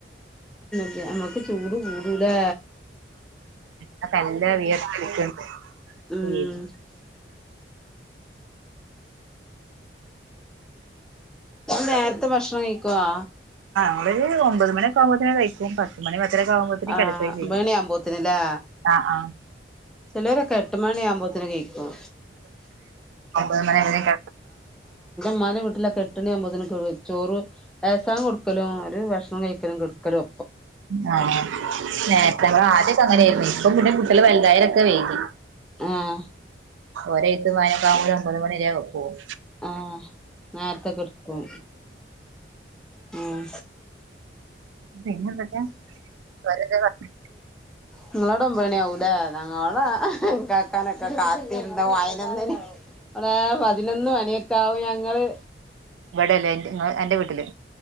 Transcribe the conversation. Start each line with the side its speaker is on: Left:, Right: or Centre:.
Centre: നമുക്ക് ചൂട് കൂടുല്ലാ
Right: ആ തലല്ല് വിയർക്കിണ്ട്
Centre: ഉം
Right: വെയില്
Centre: നേരത്തെ ഭക്ഷണം കഴിക്കുവാ
Right: നമ്മള് ഒമ്പത് മണിയൊക്കെ ആവുമ്പോത്തേ കഴിക്കും പത്ത് മണി പത്തരൊക്കെ ആകുമ്പോത്തിന്
Centre: ആഹ്
Right: കിടക്കുകയും ചെയ്യും
Centre: ഒമ്പണ്യാവുമ്പോത്ത്ന് ലെ
Right: ആ ആ
Centre: ചിലവരൊക്കെ എട്ട് മണി ആകുമ്പോത്തിന് കഴിക്കും
Right: അങ്ങനെ എങ്ങനെക്ക
Centre: മ്മാര വീട്ടിലൊക്കെ എട്ടുണി ആകുമ്പോന് ചോറ് ഏസാങ്ക് കൊടുക്കലും ഓല് ഭക്ഷണം കഴിക്കലും കടുക്കലോ
Right: ആ നേത്തെമ്മള് ആദ്യൊക്കെ അങ്ങനെയായിരുന്നു ഇപ്പ പിന്നെ കുട്ട്യള് വലുതായലൊക്കെ വൈകി
Centre: ആഹ്
Right: ഒരേ എഴുത്ത് വാഴനോക്കെ ആവുമ്പോഴ് ഒമ്പത് മണിരെ പോവും
Centre: ആ നേരത്തെ കിടക്കും ഉം
Right: പിന്നെ എന്തെക്കെ അവരെന്തെ പറഞ്ഞു
Centre: നിങ്ങളവിടെ ഒബാണിയാവുലെ ഞങ്ങളോട കാക്കാനൊക്കെ കാത്തിരുന്ന് പതിനൊന്നണി അടെ പതിനൊന്ന് മണിയൊക്കവും ഞങ്ങള്
Right: ഇവിടല്ലേ ങ്ങള് അന്റെ വീട്ടില്